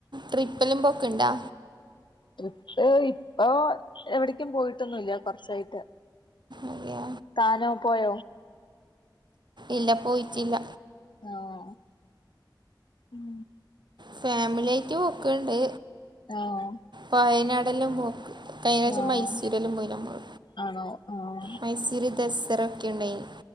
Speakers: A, on the right; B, on the left.
A: ട്രിപ്പെല്ലാം പോക്ക് ഇണ്ടാ
B: ട്രിപ്പ് ഇപ്പൊ എവ്ട്ക്കും പോയിട്ടൊന്നും ഇല്ല കൊർച്ചായിട്ട്
A: അതെയാ
B: കാര പൊഴേ
A: ഇല്ല പോയിറ്റ് ഇല്ല.
B: ആഹ് ഉം
A: ഫാമിലി ആയിറ്റ് പോക്ക്ണ്ട്.
B: ആഹ്
A: വയനാടെല്ലാം പോക്ക് കഴിഞ്ഞ ആഴ്ച
B: ആഹ്
A: മൈസൂരെല്ലാം പോയി നമ്മെൾ.
B: ആണോ ആഹ്
A: മൈസൂര് ദസ്റ ഒക്കെ ഉണ്ടായിനി